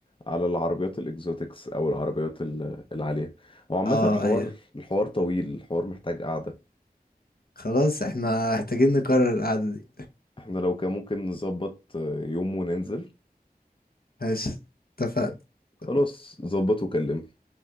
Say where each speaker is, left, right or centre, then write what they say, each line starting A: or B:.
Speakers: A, on the left; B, on the left.
A: على العربيات الإكزوتكس أو العربيات ال- العالية هو عامة
B: اه
A: الحوار
B: ايوه
A: الحوار طويل الحوار محتاج قعدة
B: خلاص احنا محتاجين نكرر القعدة دي
A: احنا لو كان ممكن نظبط آه، يوم وننزل
B: ماشي اتفقنا
A: هي- خلاص
B: اتفقنا
A: ظبط وكلمني